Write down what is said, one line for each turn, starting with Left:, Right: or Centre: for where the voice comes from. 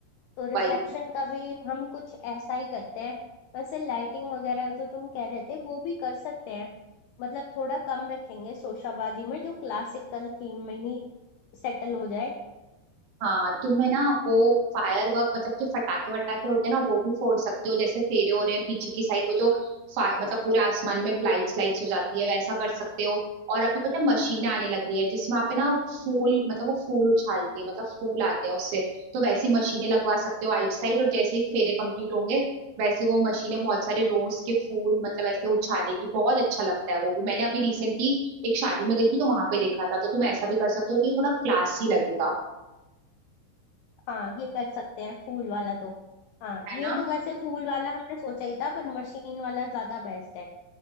Left: तो रिसेप्शन
Right: वही
Left: का भी हम कुछ ऐसा ही करते हैं वैसे लाइटिंग वगैरह जो तुम कह रहे थे वो भी कर सकते हैं मतलब थोड़ा कम रखेंगे शोशाबाजी में जो क्लासिकल थीम में ही सेटल हो जाए
Right: हाँ तुम्हें ना वो फायर वर्क मतलब जो फटाके वटाके होते हैं ना वो भी फोड़ सकते हो जैसे फेरे हो रहे हैं पीछे की साइड वो जो फा- मतलब पूरे आसमान में लाइट्स लाइट्स हो जाती है वैसा कर सकते हो और अभी पता है मशीनें आने लग गई है जिसमें आप है ना फूल मतलब वो फूल उछालती है मतलब फूल आते हैं उससे तो वैसी मशीनें लगवा सकते हो आइट साइड और जैसे ही फेरे कंप्लीट होंगे वैसे वो मशीनें बहुत सारे रोज के फूल मतलब ऐसे उछालेगी बहुत अच्छा लगता है वो भी मैंने अभी रिसेंटली एक शादी में गई थी तो वहां पे देखा था तो तुम ऐसा भी कर सकते हो तो ये थोड़ा क्लासी लगेगा
Left: हाँ ये कर सकते हैं फूल वाला तो हाँ
Right: है
Left: ये
Right: ना
Left: तो वैसे फूल वाला हमने सोचा ही था पर मशीन वाला ज्यादा बेस्ट है